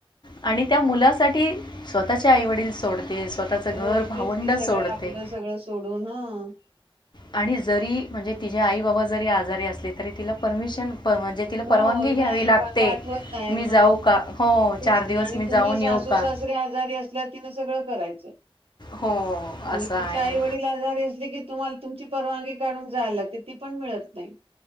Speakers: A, on the left; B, on the right.
A: आणि त्या मुलासाठी स्वतःच्या आईवडील सोडत ते स्वतःच
B: तेच
A: घर भावंड
B: की सगळं
A: सोडते.
B: आपलं सगळं सोडून ह
A: आणि जरी म्हणजे तिचे आई बाबा जरी आजारी असले तरी तिला परमिशन म्हणजे तिला
B: हो,
A: परवानगी घ्यावी
B: नाही
A: लागते.
B: पा पाठवत नाहीत
A: मी जाऊ
B: मग
A: का? हो
B: तेच
A: चार
B: की
A: दिवस
B: आणि
A: मी जाऊन
B: तुम्ही सासू
A: येऊ का
B: सासरी आजारी असल्या तिनं सगळं करायचं.
A: हो असं
B: आणि
A: आहे
B: तिची आई वडील आजारी असले की तुम्हाला तुमची परवानगी काढून जायला लागते. ती पण मिळत नाही.